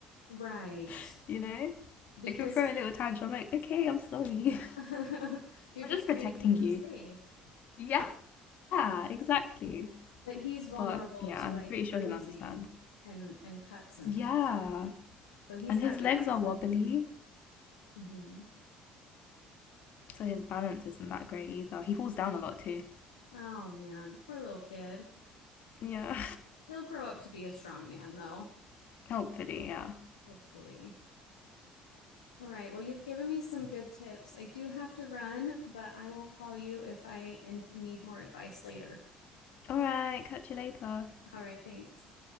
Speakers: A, on the left; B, on the left.
A: right.
B: <laughs> you know?
A: Because
B: Like, He'll throw
A: he,
B: a little tantrum, I'm like, okay, I'm sorry.
A: <laughs> you're
B: I'm
A: just
B: just protecting
A: trying to keep him
B: you.
A: safe.
B: Yeah, exactly.
A: But he's vulnerable
B: But yeah,
A: to
B: I'm
A: like
B: pretty sure
A: bruising
B: he'll understand.
A: and and cuts and
B: Yeah.
A: things, right? So he's
B: And
A: got
B: his
A: to be
B: legs
A: extra.
B: are wobbly,
A: hmm
B: so his balance isn't that great either. He falls down a lot too.
A: Oh man, poor little kid.
B: Yeah.
A: He'll grow up to be a strong man though,
B: <laughs> Hopefully, yeah.
A: hopefully. All right. Well, you've given me some good tips. I do have to run, but I will call you if I and need more advice later.
B: All right, catch you later.
A: All right, thanks.